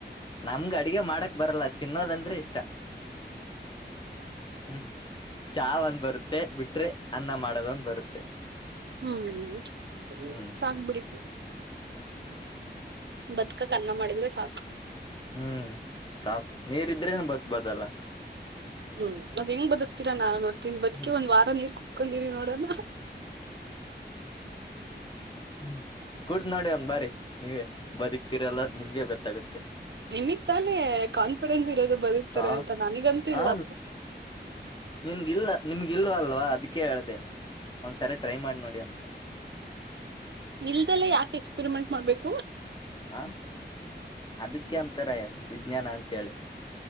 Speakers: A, on the left; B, on the right.
A: ನಮ್ಗ ಅಡಿಗೆ ಮಾಡಕ್ ಬರಲ್ಲ ತಿನ್ನೋದಂದ್ರೆ ಇಷ್ಟ ಹ್ಮ ಚಾ ಒಂದ್ ಬರುತ್ತೆ ಬಿಟ್ರೆ ಅನ್ನ ಮಾಡೋದೊಂದ ಬರುತ್ತೆ
B: ಹ್ಮ
A: ಹ್ಮ್
B: ಸಾಕು ಬಿಡಿ ಬತ್ಕಕ್ ಅನ್ನ ಮಾಡಿದ್ರೆ ಸಾಕು
A: ಹ್ಮ್ ಸಾಕು ನೀರಿದ್ರೆ ಬದ್ಕೋಬಹುದಲ್ಲ
B: ಹ್ಮ್ ಅದ್ ಹೆಂಗ್ ಬದುತ್ತೀರಾ ನಾ ನೋಡ್ತನಿ ಬದುಕಿ
A: ಹ್ಮ್
B: ಒಂದ್ ವಾರ ನೀರ್ ಕುತ್ಕೊಂಡಿರಿ ನೋಡಣ
A: ಹ್ಮ ಕೂಡ್ ನೋಡಿ ಒಂದ್ ಬಾರಿ ನೀವೇ ಬದಿಕ್ತಿರಲ್ಲ ನಿಮ್ಗೆ ಗೊತ್ತಾಗುತ್ತೆ
B: ನಿಮಿಗ್ ತಾನೇ ಕಾನ್ಫಿಡೆನ್ಸ್ ಇರೋದು ಬದುಕ್ತಾರೆ
A: ಹಾ
B: ಅಂತ ನನಗಂತೂ
A: ಹ
B: ಇಲ್ಲಪ್ಪ
A: ನಿನ್ಗಿಲ್ಲ ನಿಮ್ಗೆ ಇಲ್ ಅಲ್ವಾ ಅದಕ ಹೇಳ್ದ ಒಂದ್ಸರಿ ಟ್ರೈ ಮಾಡಿ ನೋಡಿ ಅಂತ
B: ಇಲ್ದೆಲ್ಲೇ ಯಾಕೆ ಎಕ್ಸ್ಪೆರಿಮೆಂಟ್ ಮಾಡ್ಬೇಕು
A: ಹ ಅದಕ್ಕೆ ಅಂತರ ವಿಜ್ಞಾನ ಅಂತೇಳಿ